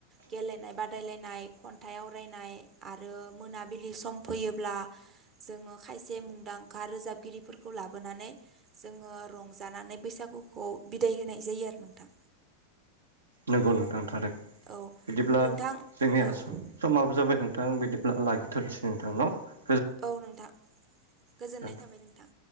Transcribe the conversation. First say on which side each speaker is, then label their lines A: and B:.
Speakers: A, on the right (about 30°); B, on the right (about 70°).
A: गेलेनाय बादाय लायन नाय खनथाय आवरायनाय आरो मोनाबिलि सम फैयोब्ला जोङो खायसे मुंदांखा रोजाबगिरिफोरखौ लाबोनानै जोङो रंजानानै बैसागुखौ बिदाय हो नाय जायो आरो नोंथां।
B: नंगौ नोंथां थार
A: औ
B: बिदिब्ला
A: नोंथां
B: जोंनिया
A: औ
B: समाबो जाबाय न नोंथां बिदिब्ला लागिथ'नोसै नोंथांन'
A: औ नोंथां गोजोननाय
B: गोजोन्थों।
A: थाबाय नोंथां